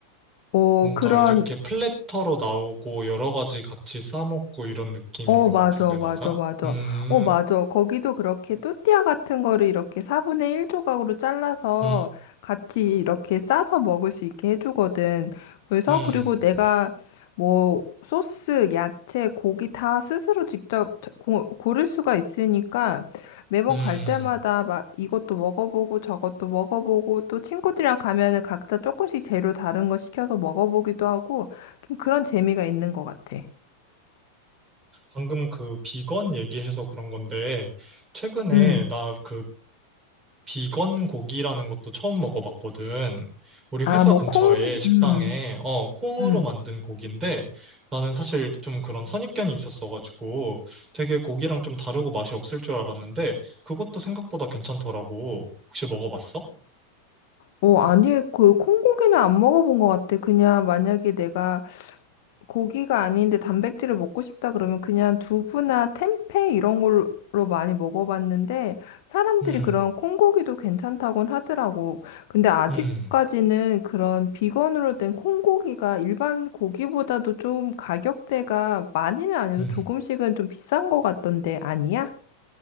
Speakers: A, on the left; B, on the right.
A: 어,
B: 뭔가
A: 그런
B: 이렇게 플래터로 나오고 여러 가지 같이 싸먹고 이런 느낌인
A: 어,
B: 것
A: 맞아,
B: 같은데,
A: 맞아,
B: 맞아?
A: 맞아.
B: 음,
A: 어, 맞아. 거기도 그렇게
B: 음,
A: 또띠아 같은 거를 이렇게 4분의 1 조각으로 잘라서
B: 음,
A: 같이 이렇게 싸서 먹을 수 있게 해주거든. 그래서,
B: 음.
A: 그리고 내가 뭐 소스, 야채, 고기 다 스스로 직접 저- 고, 고를 수가 있으니까 매번
B: 음.
A: 갈 때마다 막 이것도 먹어보고 저것도 먹어보고 또 친구들이랑 가면은 각자 조금씩 재료 다른 거 시켜서 먹어보기도 하고 좀 그런 재미가 있는 것 같아.
B: 방금 그 비건 얘기해서 그런 건데, 최근에
A: 음.
B: 나그 비건 고기라는 것도 처음 먹어봤거든. 우리
A: 아,
B: 회사
A: 뭐,
B: 근처에
A: 콩,
B: 식당에,
A: 음,
B: 어, 콩으로
A: 음.
B: 만든 고기인데, 나는 사실 좀 그런 선입견이 있었어가지고, 되게 고기랑 좀 다르고 맛이 없을 줄 알았는데, 그것도 생각보다 괜찮더라고. 혹시 먹어봤어?
A: 어, 아니, 그, 콩고기는 안 먹어본 것 같아. 그냥 만약에 내가 고기가 아닌데 단백질을 먹고 싶다 그러면 그냥 두부나 템페 이런 걸로 많이 먹어봤는데 사람들이
B: 음,
A: 그런 콩고기도 괜찮다곤 하더라고. 근데 아직까지는
B: 음,
A: 그런 비건으로 된 콩고기가 일반 고기보다도 좀 가격대가 많이는 아니어도
B: 음.
A: 조금씩은 좀 비싼 것 같던데, 아니야?